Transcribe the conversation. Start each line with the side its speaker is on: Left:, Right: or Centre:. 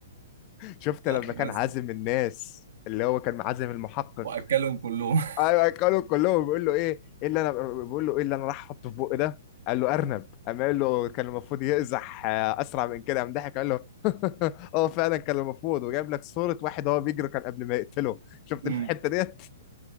Left: شفت
Right: لا
Left: لما كان
Right: بس
Left: عازم الناس اللي هو كان عازم المحقق
Right: وأكلهم كلهم
Left: ايوه
Right: <laughs>
Left: اكلوا كلهم بيقول له ايه ايه اللي انا بيقول له ايه اللي انا راح احطه في بقي ده قال له ارنب قام قال له كان المفروض يقزح آه، اسرع من كده قام ضحك قال له <laughs> اه فعلا كان المفروض وجايب لك صورة واحد هو بيجري كان قبل ما يقتله شفت
Right: أمم،
Left: الحتة ديت